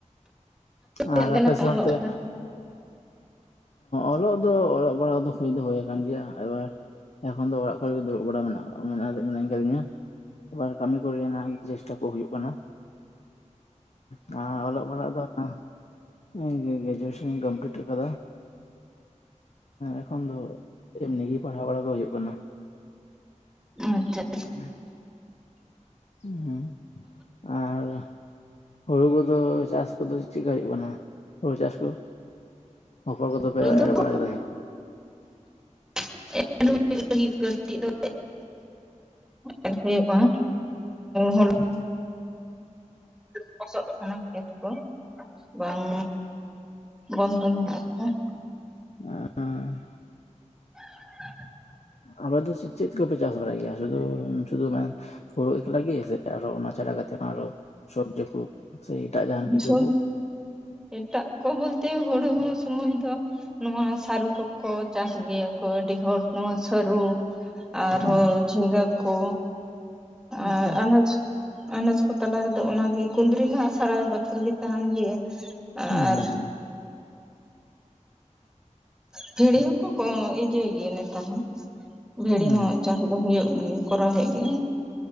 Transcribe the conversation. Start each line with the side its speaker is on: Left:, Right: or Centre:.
Centre: ᱛᱤᱱᱟᱹᱜ
Left: ᱟᱨ
Centre: ᱜᱟᱱᱮᱢ
Left: ᱟᱯᱮ ᱥᱮᱫ
Centre: ᱚᱞᱚᱜ
Left: ᱚᱱᱛᱮ ᱚᱞᱚᱜ ᱫᱚ ᱚᱞᱚᱜ ᱯᱟᱲᱦᱟᱜ ᱫᱚ ᱦᱩᱭ ᱫᱚ ᱦᱳᱭ ᱟᱠᱟᱱ ᱜᱮᱭᱟ ᱮᱵᱟᱨ ᱮᱠᱷᱚᱱ ᱫᱚ ᱚᱲᱟᱜ ᱠᱚᱨᱮ ᱜᱮ ᱫᱩᱲᱩᱵ ᱵᱟᱲᱟ ᱢᱮᱱᱟᱜ ᱢᱱᱟᱜ ᱟᱠᱟᱫᱤᱧᱟ। ᱮᱵᱟᱨ ᱠᱟᱹᱢᱤ ᱠᱚᱨᱮᱱᱟᱜ ᱪᱮᱥᱴᱟ ᱠᱚ ᱦᱩᱭᱩᱜ ᱠᱟᱱᱟ। ᱦᱚᱸ ᱟᱨ ᱚᱞᱚᱜ ᱯᱟᱲᱦᱟᱜ ᱫᱚ ᱚᱱᱟ ᱤᱧ ᱜᱨᱮᱡᱩᱭᱮᱥᱚᱱ ᱤᱧ ᱠᱚᱢᱯᱤᱞᱤᱴ ᱟᱠᱟᱫᱟ ᱮᱠᱷᱚᱱ ᱫᱚ। ᱮᱢᱱᱤ ᱜᱮ ᱯᱟᱲᱦᱟᱣ ᱵᱟᱲᱟ ᱠᱚ ᱦᱩᱭᱩᱜ ᱠᱟᱱᱟ
Centre: ᱟᱪᱪᱷᱟ
Left: <unintelligible> ᱦᱩᱸ ᱦᱩᱸ ᱟᱨ ᱦᱩᱲᱩ ᱠᱚᱫᱚ ᱪᱟᱥ ᱠᱚᱫᱚ ᱪᱮᱫᱠᱟ ᱦᱩᱭᱩᱜ ᱠᱟᱱᱟ ᱦᱩᱲᱩ ᱪᱟᱥ ᱠᱚ। ᱚᱯᱚᱨ ᱠᱚᱫᱚ ᱯᱮ
Centre: ᱦᱩᱲᱩ ᱫᱚ
Left: ᱮᱨ ᱵᱟᱲᱟ ᱠᱟᱫᱟ ᱥᱮᱵᱟᱝ।
Centre: <unintelligible> ᱞᱟᱹᱜᱤᱫ ᱠᱟᱹᱴᱤᱡ ᱫᱚ ᱮᱨ ᱦᱩᱭᱩᱜᱼᱟ ᱦᱚᱞᱟ
Left: <inaudible>
Centre: ᱞᱚᱥᱚᱫ ᱠᱟᱱᱟ ᱠᱷᱮᱛ ᱠᱚ ᱵᱟᱝ ᱵᱚᱱᱫᱚ ᱢᱮᱱᱟᱜᱼᱟ। ᱚᱢ
Left: <unintelligible> ᱟᱨ
Centre: <inaudible>
Left: ᱟᱯᱮ ᱫᱚ ᱪᱮᱫ ᱪᱮᱫ ᱠᱚᱯᱮ ᱪᱟᱥ ᱵᱟᱲᱟᱭ ᱜᱮᱭᱟ ᱥᱩᱫᱩ ᱥᱩᱫᱷᱩ ᱵᱟᱝ ᱦᱩᱲᱩ ᱮᱠᱞᱟ ᱜᱮ ᱥᱮ ᱟᱨᱚ ᱚᱱᱟ ᱪᱷᱟᱰᱟ ᱠᱟᱛᱮ ᱟᱨᱚ ᱥᱚᱵᱡᱤ ᱠᱚ। ᱥᱮ ᱮᱴᱟᱜ ᱡᱟᱦᱟᱱ ᱠᱤᱪᱷᱩ
Centre: ᱥᱚᱵ
Left: ᱠᱚ।
Centre: ᱮᱴᱟᱜ ᱠᱚ ᱵᱚᱞᱛᱮ ᱦᱩᱲᱩ ᱥᱚᱢᱚᱭ ᱫᱚ ᱱᱚᱣᱟ ᱥᱟᱹᱨᱩ ᱠᱚ। ᱠᱚ ᱪᱟᱥ ᱜᱮᱭᱟ ᱠᱚ ᱟᱹᱰᱤ ᱦᱚᱲ ᱱᱚᱣᱟ ᱥᱟᱹᱨᱩ। ᱟᱨᱦᱚᱸ
Left: ᱦᱮᱸ
Centre: ᱡᱷᱤᱸᱜᱟᱹ ᱠᱚ
Left: ᱟᱪᱪᱷᱟ
Centre: ᱟᱨ ᱟᱱᱟᱡᱽ। ᱟᱱᱟᱡ ᱠᱚ ᱛᱟᱞᱟ ᱨᱮᱫᱚ ᱚᱱᱟᱜᱮ ᱠᱩᱸᱫᱽᱨᱤ ᱢᱟ ᱥᱟᱨᱟ ᱵᱚᱪᱷᱚᱨ ᱜᱮ ᱛᱟᱦᱮᱱ ᱜᱮᱭᱟ
Left: ᱦᱩᱸ
Centre: ᱟᱨ
Left: ᱦᱩᱸ ᱦᱩᱸ
Centre: ᱵᱷᱤᱲᱤ ᱦᱚᱸᱠᱚ ᱠᱤᱨᱟᱣ ᱤᱭᱟᱹ ᱜᱮᱭᱟ ᱱᱮᱛᱟᱨ ᱦᱚᱸ, ᱵᱷᱤᱲᱤ
Left: ᱦᱩᱸ
Centre: ᱦᱚᱸ ᱪᱟᱥ ᱫᱚ ᱦᱩᱭᱩᱜ ᱜᱮ ᱠᱚᱨᱟᱣᱮᱫ ᱜᱮᱭᱟ।